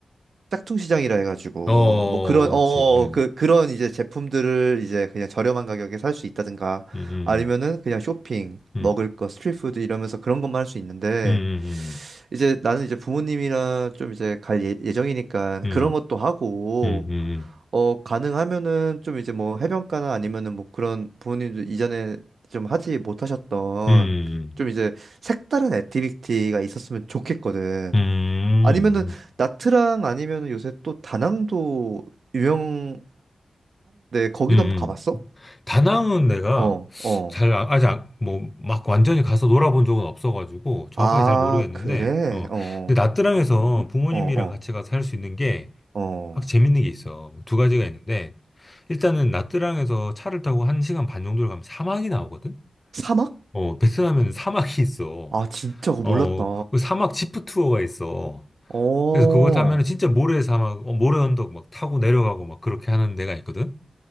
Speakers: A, on the right (about 75°); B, on the left (about 20°).
A: 짝퉁시장이라 해가지고
B: 어,
A: 뭐 그런
B: 뭐지?
A: 어 어,
B: 음.
A: 어, 그 그런 이제 제품들을 이제 그냥 저렴한 가격에 살 수 있다든가
B: 음. 음.
A: 아니면은 그냥 쇼핑
B: 음.
A: 먹을 거 스트리트푸드 이러면서 그런 것만 할 수 있는데
B: 음. 음. 음.
A: 이제 나는 이제 부모님이랑 좀 이제 갈 예, 예정이니까
B: 음.
A: 그런 것도 하고
B: 음. 음.
A: 어 가능하면은 좀 이제 뭐 해변가나 아니면은 뭐 그런 부모님들 이전에 좀 하지 못하셨던
B: 음.
A: 좀
B: 음.
A: 이제 색다른 액티비티가 있었으면 좋겠거든.
B: 음.
A: 아니면은
B: 음.
A: 나트랑 아니면은 요새 또 다낭도 유명하는데 거기도
B: 음.
A: 한번 가봤어?
B: 음. 다낭은 내가
A: 어, 어.
B: 잘 아- 아직 뭐 막 완전히 가서 놀아본 적은 없어가지고 정확하게
A: 아,
B: 잘 모르겠는데
A: 그래?
B: 어
A: 어,
B: 근데 나트랑에서 부모님이랑
A: 어, 어,
B: 같이 가서 할 수 있는 게
A: 어. 어.
B: 확 재밌는 게 있어 뭐 두 가지가 있는데 일단은 나트랑에서 차를 타고 한 시간 반 정도를 가면 사막이 나오거든
A: 사막?
B: 어 베트남에는 사막이 있어
A: 아, 진짜 그거
B: 어그
A: 몰랐다.
B: 사막 지프 투어가 있어
A: 어, 어,
B: 그래서 그거 타면은 진짜 모래 사막 어, 모래 언덕 막 타고 내려가고 막 그렇게 하는 데가 있거든